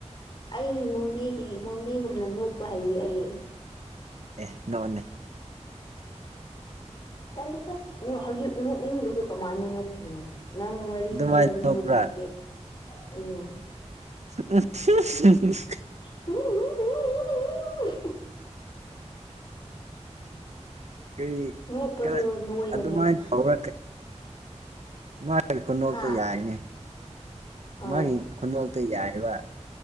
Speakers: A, on the left; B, on the right.
A: ꯑꯩ ꯃꯣꯕꯤꯒꯤ ꯃꯣꯕꯤꯒꯨꯝꯅ ꯅꯣꯛꯄ ꯍꯩꯌꯦ ꯑꯩ
B: ꯑꯦ ꯅꯅꯦ
A: ꯇꯒꯤ ꯍꯧꯖꯤ ꯂ ꯀꯃꯥꯏ ꯅꯪ ꯋꯥꯔꯤꯔꯤ
B: ꯑꯗꯨꯃꯥꯏꯅ
A: ꯏꯜ ꯏꯔꯗꯤꯂꯤꯦ
B: ꯅꯣꯛꯄ꯭ꯔꯥ
A: ꯎꯝ
B: ꯎ
A: <unintelligible>
B: ꯀꯩ
A: ꯅꯣꯛꯄꯗꯣ
B: ꯈꯔ
A: ꯅꯣꯏꯕꯅꯦꯕ
B: ꯑꯗꯨꯃꯥꯏꯅ ꯇꯧꯕ꯭ꯔꯥ ꯃꯥꯒꯤ ꯈꯨꯟꯗꯣꯛꯇ
A: ꯍꯥ
B: ꯌꯥꯏꯅꯦ
A: ꯍꯣꯏ
B: ꯃꯥꯒꯤ ꯈꯨꯗꯣꯛꯇ ꯌꯥꯏꯕ